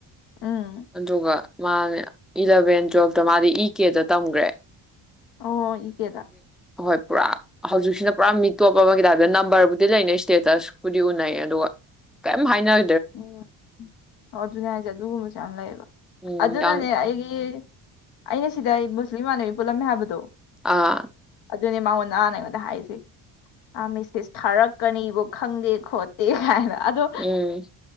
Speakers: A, on the left; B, in the centre.
A: ꯎꯝ
B: ꯑꯗꯨꯒ ꯃꯥꯅꯦ ꯏꯂꯚꯦꯟ ꯇꯨꯋꯦꯜꯐꯇ ꯃꯥꯗꯤ ꯏ ꯀꯦꯗ ꯇꯝꯒ꯭ꯔꯦ
A: ꯑꯣ ꯏ ꯀꯦ ꯗ
B: ꯍꯣꯢ ꯄꯨꯔꯥ ꯍꯧꯖꯤꯛꯁꯤꯅ ꯄꯨꯔꯥ ꯃꯤ ꯇꯣꯞ ꯑꯃꯒꯤ ꯍꯥꯏꯞꯗ ꯅꯝꯕꯔꯕꯨꯗꯤ ꯂꯩꯅꯩ ꯏꯁꯇꯦꯇꯁꯕꯨꯨꯗꯤ ꯎꯅꯩ ꯑꯗꯨꯒ ꯀꯩꯝ ꯍꯥꯏꯅ
A: ꯑꯣ ꯑꯣ ꯑꯗꯨꯅꯦ ꯍꯥꯏꯁꯦ ꯑꯗꯨꯒꯨꯝꯕꯁꯨ ꯌꯥꯝ ꯂꯩꯌꯦꯕ
B: ꯎꯝ
A: ꯑꯗꯨꯅꯅꯦ
B: ꯌꯥꯝ
A: ꯑꯩꯒꯤ ꯑꯩꯅ ꯁꯤꯗ ꯃꯨꯁꯂꯤꯝ ꯏꯃꯥꯟꯅꯕꯤ ꯄꯨꯜꯂꯝꯃꯦ ꯍꯥꯏꯕꯗꯣ
B: ꯑꯥ
A: ꯑꯗꯨꯅꯦ ꯃꯉꯣꯟ ꯅ ꯑꯩꯉꯣꯟꯗ ꯍꯥꯏꯁꯦ ꯑ ꯃꯦꯁꯦꯁ ꯊꯥꯔꯛꯀꯅꯤꯕꯨ ꯈꯪꯗꯦ ꯈꯣꯠꯇꯦ ꯀꯥꯏꯅ ꯑꯗꯣ
B: ꯎꯝ